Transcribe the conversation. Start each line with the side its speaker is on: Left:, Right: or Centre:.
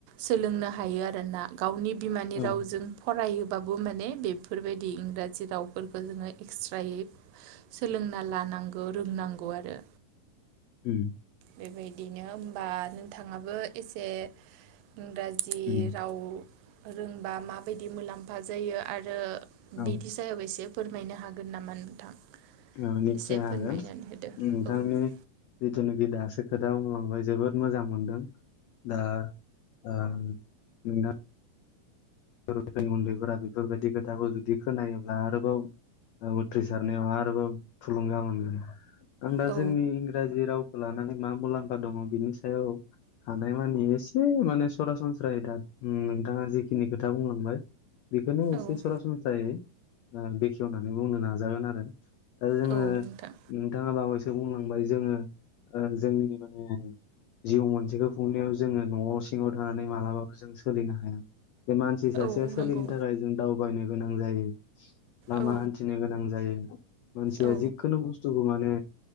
Right: सोलोंनो हायो आरो ना। गावनि बिमानि
Left: उम
Right: रावजों फरायो बाबो माने बेफोरबायदि इंराजि रावफोरखौ जोङो एक्स्रायै सोलोंना लानांगौ रोंनांगौ आरो।
Left: उम
Right: बेबायदिनो होमबा नोंथाङाबो एसे इंराजि
Left: उम
Right: राव रोंबा माबायदि मुलाम्फा जायो आरो
Left: औ
Right: बिदि जायाव एसे फोरमायनो हागोन नामा नोंथां?
Left: ओ निस्सय
Right: एसे फोरमायनानै
Left: हागोन
Right: होदो
Left: नोंथांनि
Right: औ
Left: जिथुुनिकि दासो खोथा बुंलांबाय जोबोद मोजां मोनदों दा ओ नोंना <unintelligible> उनदैफोरा बेफोरबायदि खोथाखौ जुदि खोनायोब्ला आरोबाव ओ उथ्रिसारनायाव आरोबाव थुलुंगा मोनगोन आं दा
Right: औ
Left: जोंनि इंराजि राव लानानै मा मुलामफा दङ बिनि सायाव हानायमानि एसे माने सरासनस्रायै दा नोंथाङा जिखिनि खोथा बुंलांबाय बेखौनो एसे
Right: औ
Left: सरासनस्रायै आ बेखेवनानै बुंनो नाजागोन आरो दा जोङो
Right: औ नोंथां
Left: नोंथाङा बावैसो बुं लांबाय जोङो ओ जोंनि माने जिउ मोनसेखौ खुंनायाव जोङो न'आव सिङाव थानानै मालाबाबो जों सोलिनो हाया। बे मानसि सासेया
Right: औ
Left: सोलिनो
Right: नंगौ
Left: थाखाय जों दावबायनो गोनां जायो। लामा
Right: औ
Left: हानथिनो गोनां जायो मानसिया
Right: औ
Left: जिखुनु बुस्थुखौ माने